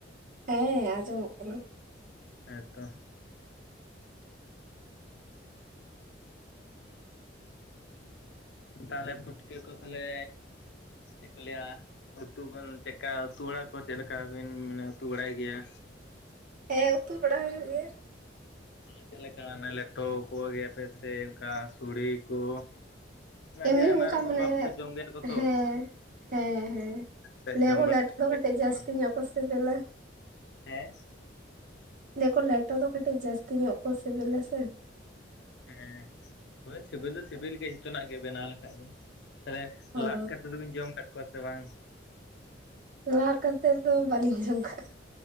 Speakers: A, on the right (about 45°); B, on the left (about 65°).
A: ᱦᱮᱸ ᱟᱸᱡᱚᱢᱚᱜ ᱠᱟᱱᱟ᱾
B: ᱦᱮᱸ ᱛᱚ, ᱛᱟᱦᱮᱞᱮ ᱯᱩᱴᱠᱟᱹ ᱠᱚ ᱛᱟᱦᱮᱞᱮ ᱪᱮᱫ ᱠᱚ ᱞᱟᱹᱭᱟ ᱩᱛᱩ ᱵᱚᱱ ᱪᱮᱠᱟ ᱩᱛᱩ ᱵᱟᱲᱟ ᱠᱚᱣᱟ ᱪᱮᱫ ᱞᱮᱠᱟ ᱵᱤᱱ ᱢᱟᱱᱮ ᱩᱛᱩ ᱵᱟᱲᱟᱭ ᱜᱮᱭᱟ?
A: ᱦᱮᱸ ᱩᱛᱩ ᱵᱟᱲᱟ ᱦᱩᱭᱩᱜ ᱜᱮᱭᱟ᱾
B: ᱛᱟᱦᱮᱞᱮ‌ ᱪᱮᱫ ᱞᱮᱠᱟ ᱚᱱᱮ ᱞᱮᱴᱚ ᱠᱚ ᱤᱭᱟᱹ ᱯᱮ ᱥᱮ ᱚᱱᱠᱟ ᱥᱩᱲᱮ ᱠᱚ? ᱟᱹᱰᱤ
A: ᱮᱢᱱᱤ
B: ᱟᱭᱢᱟ
A: ᱚᱱᱠᱟ
B: ᱨᱚᱠᱚᱢ
A: ᱢᱟᱱᱮ
B: ᱵᱷᱟᱵᱛᱮ ᱡᱚᱢ ᱜᱮᱭᱟ ᱠᱚ
A: ᱦᱮᱸᱻᱦᱮᱸ
B: ᱛᱚ
A: ᱦᱮᱸ,
B: ᱥᱮ
A: ᱞᱟᱹᱭᱟᱠᱚ
B: ᱡᱚᱢ ᱵᱟᱲᱟ
A: ᱞᱮᱴᱚ ᱫᱚ ᱠᱟᱹᱴᱤᱡ ᱡᱟᱹᱥᱛᱤ
B: ᱵᱟᱝ
A: ᱧᱚᱜ ᱠᱚ ᱥᱮᱵᱤᱞᱟ᱾
B: ᱦᱮᱸ?
A: ᱞᱟᱹᱭᱟ ᱠᱚ ᱞᱮᱴᱚ ᱫᱚ ᱠᱟᱹᱴᱤᱡ ᱡᱟᱹᱥᱛᱤ ᱧᱚᱜ ᱠᱚ ᱥᱤᱵᱮᱞᱟ ᱥᱮ᱾
B: ᱦᱮᱸ, ᱦᱳᱭ ᱥᱮᱵᱮᱞ ᱫᱚ ᱥᱤᱵᱤᱞ ᱜᱮᱭᱟ ᱡᱷᱚᱛᱚᱱᱟᱜ ᱜᱮ ᱵᱮᱱᱟᱣ ᱞᱮᱠᱷᱟᱡ ᱫᱚ᱾ ᱛᱟᱦᱮᱞᱮ
A: ᱚ
B: ᱞᱟᱫ ᱠᱟᱛᱮ ᱫᱚᱵᱤᱱ ᱡᱚᱢ ᱟᱠᱟᱫ ᱠᱚᱣᱟ ᱥᱮ ᱵᱟᱝ?
A: ᱞᱟᱫ ᱠᱟᱛᱮ ᱫᱚ ᱵᱟᱹᱞᱤᱧ ᱡᱚᱢ ᱠᱟᱜ ᱠᱚ-